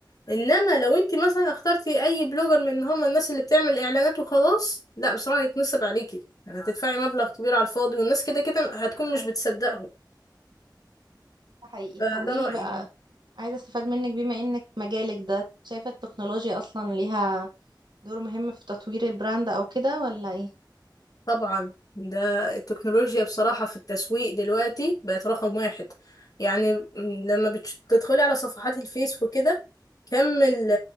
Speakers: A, on the left (about 50°); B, on the right (about 70°).
A: انما لو انت مثلا اخترتي اي بلوجر من هم الناس اللي بتعمل اعلانات وخلاص لا بصراحه هيتنصب عليكي هتدفعي مبلغ كبير على الفاضي والناس كده كده هتكون مش بتصدقهم
B: ده حقيقي
A: فده
B: طب قولي
A: رايي
B: بقى
A: يعني.
B: عايزة استفاد منك بما انك مجالك ده شايفة التكنولوجيا اصلا ليها دوره مهم في تطوير البراند او كده ولا ايه
A: طبعا ده التكنولوجيا بصراحة في التسويق دلوقتي بقت رقم واحد يعني م- لما بتدخلي على صفحات الفيس وكده كم ال-